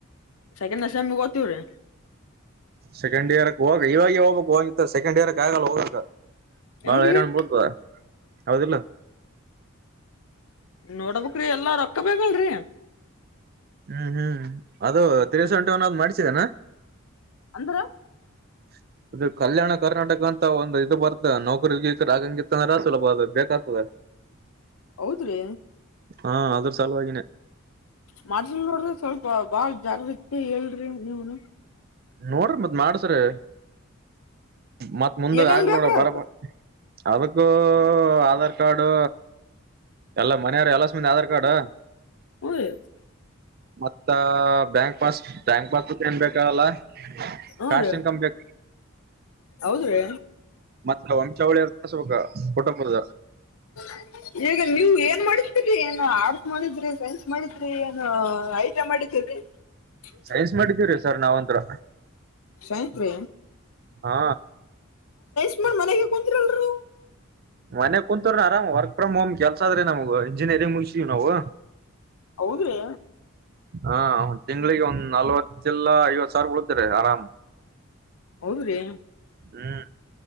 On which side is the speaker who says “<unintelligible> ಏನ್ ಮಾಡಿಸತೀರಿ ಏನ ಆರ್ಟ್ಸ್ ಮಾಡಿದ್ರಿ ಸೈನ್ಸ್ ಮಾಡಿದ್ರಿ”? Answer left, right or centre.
Left